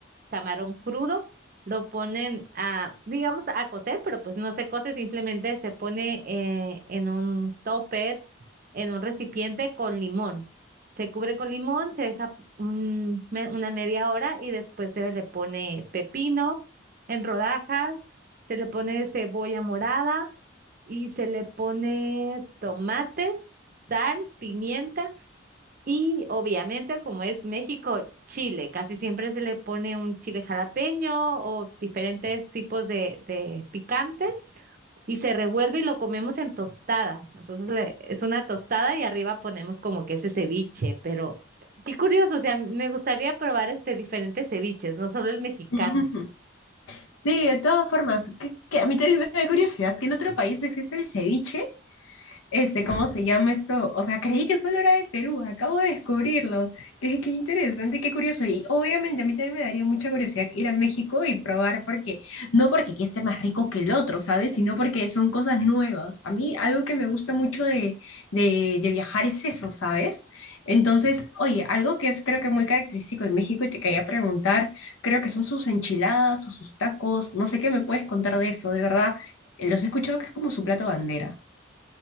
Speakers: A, on the right (about 45°); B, on the left (about 80°).
A: camarón crudo. Lo ponen a, digamos, a cocer, pero pues no se cose, simplemente se pone eh, en un topper, en un recipiente con limón. Se cubre con limón, se deja un- me- una media hora y después se le pone pepino en rodajas, se le pone cebolla morada y se le pone tomate, sal, pimienta y obviamente, como es México, chile. Casi siempre se le pone un chile jalapeño o diferentes tipos de, de picantes y se revuelve y lo comemos en tostada. Nosotros le- es una tostada y arriba ponemos como que ese ceviche, pero qué curioso, o sea, me gustaría probar este diferentes ceviches, no solo el mexicano.
B: <laughs> Sí, de todas formas, que, que a mí también me da curiosidad que en otro país existe el ceviche este, ¿cómo se llama esto? O sea, creí que solo era de Perú, acabo de descubrirlo. Qué, qué interesante, qué curioso. Y obviamente a mí también me daría mucha curiosidad ir a México y probar, porque no porque aquí esté más rico que el otro, ¿sabes? Sino porque son cosas nuevas. A mí algo que me gusta mucho de, de, de viajar es eso, ¿sabes? Entonces, oye, algo que es creo que muy característico de México y te quería preguntar, creo que son sus enchiladas o sus tacos, no sé qué me puedes contar de eso, de verdad. Los he escuchado que es como su plato bandera.